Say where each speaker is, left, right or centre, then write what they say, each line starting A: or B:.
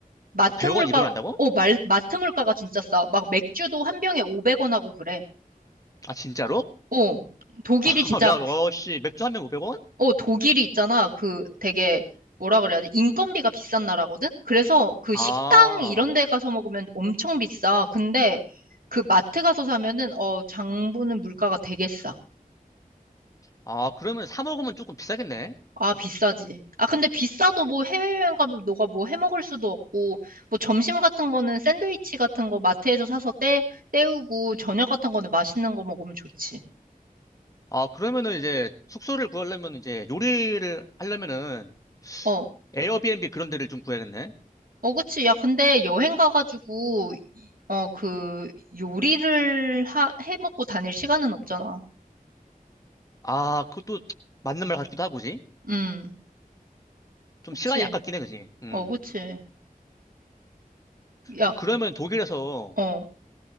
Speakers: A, on the right; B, on the left.
A: 마트
B: 아, 100원,
A: 물가,
B: 200원 한다고?
A: 어, 말, 마트 물가가 진짜 싸. 막 맥주도 한 병에 500원 하고 그래.
B: 아, 진짜로?
A: 어, 독일이
B: <laughs>
A: 진짜
B: 야, 어, 씨, 맥주 한 병 500원?
A: 어, 독일이 있잖아. 그 되게 뭐라 그래야 돼? 인건비가 비싼 나라거든? 그래서 그
B: 아.
A: 식당 이런 데 가서 먹으면 엄청 비싸. 근데 그 마트 가서 사면은 어, 장보는 물가가 되게 싸.
B: 아, 그러면 사 먹으면 조금 비싸겠네?
A: 아, 비싸지. 아, 근데 비싸도 뭐 해외여행 가면 너가 뭐 해 먹을 수도 없고, 뭐 점심 같은 거는 샌드위치 같은 거 마트에서 사서 때, 때우고, 저녁 같은 거는 맛있는 거 먹으면 좋지.
B: 아, 그러면은 이제 숙소를 구하려면 이제 요리를 하려면은
A: 어.
B: 에어비앤비 그런 데를 좀 구해야겠네?
A: 어, 그치. 야, 근데 여행 가가지고, 이- 어, 그, 요리를 하, 해 먹고 다닐 시간은 없잖아.
B: 아, 그것도 맞는 말 같기도 하고지?
A: 음, 그치.
B: 좀 시간이 아깝긴 해, 그지? 음.
A: 어, 그치. 야,
B: 그- 그러면 독일에서,
A: 어,